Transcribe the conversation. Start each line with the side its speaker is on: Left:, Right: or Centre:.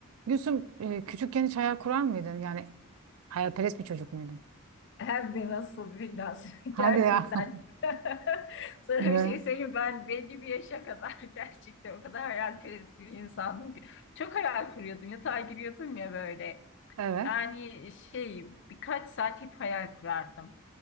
Right: Gülsüm e, küçükken hiç hayal kurar mıydın? Yani hayalperest bir çocuk muydun?
Left: Hem de nasıl bir nasıl <laughs>
Right: Hadi
Left: gerçekten.
Right: Ya <laughs> ya.
Left: <laughs> Sana
Right: Ne?
Left: bir şey söyleyeyim ben belli bir yaşa kadar <laughs> gerçekten o kadar hayalperest bir insandım ki. Çok hayal kuruyordum yatağa giriyordum ya böyle.
Right: Evet.
Left: Yani şey birkaç saat hep hayal kurardım.